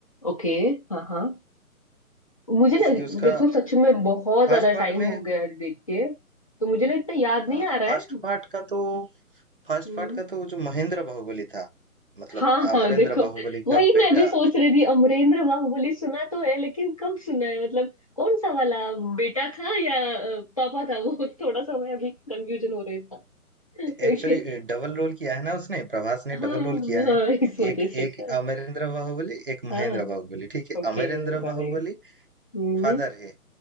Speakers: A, on the left; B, on the right.
A: ओके हाँ हाँ मुझे
B: जैसे
A: ना
B: कि उसका
A: देखो सच में बहुत
B: फर्स्ट
A: ज्यादा
B: पार्ट
A: टाइम
B: में
A: हो गया देख के तो मुझे ना इतना याद
B: हाँ
A: नहीं आ रहा
B: फर्स्ट
A: है
B: पार्ट का तो फर्स्ट
A: बट
B: पार्ट का तो वो जो महेंद्र बाहुबली था मतलब
A: हाँ हाँ
B: अमरेंद्र
A: देखो
B: बाहुबली का
A: वही
B: बेटा
A: मैं भी सोच रही थी अमरेंद्र बाहुबली सुना तो है लेकिन कब सुना है मतलब कौन सा वाला बेटा था या अ, पापा था वो थोड़ा सा मैं अभी कंफ्यूजन हो रहा था
B: एक्चुअली
A: ओके
B: डबल रोल किया है ना उसने प्रभास ने
A: हाँ
B: डबल रोल किया है
A: हाँ इस वजह
B: एक
A: से
B: एक
A: शायद
B: अमरेंद्र बाहुबली एक
A: हाँ
B: महेंद्र बाहुबली ठीक है
A: ओके
B: अमरेंद्र
A: राइट
B: बाहुबली
A: हम्म
B: फादर है